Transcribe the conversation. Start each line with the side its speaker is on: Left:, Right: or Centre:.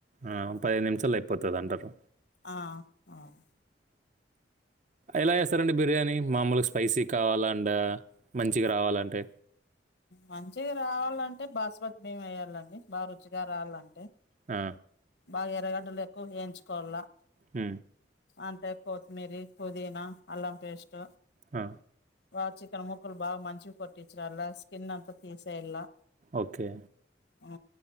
Right: ఆ పదిహేదు నిమిషాలు అయిపోతుంది అంటారు
Left: ఆ అవును
Right: ఎలా
Left: మ్మ్
Right: చేస్తారండి బిర్యానీ మామూలుగా స్పైసీ కావాలాం మంచిగా రావాలంటే
Left: మంచిగా రావాలంటే బాస్పతి మేమి వేయాలండి బాగా రుచిగా రావాలంటే
Right: ఆ
Left: బాగా ఎర్రగడ్డలు ఎక్కువ వేయించుకోవాల
Right: హ
Left: అంటే కొత్తిమీర పుదీనా అల్లం పేస్ట్
Right: ఆ
Left: వా చికన మొక్కలు బాగా మంచివి కొట్టిచ్చర అల్లా కిన్నంత తీసే ఎలా
Right: ఓకే
Left: ఆ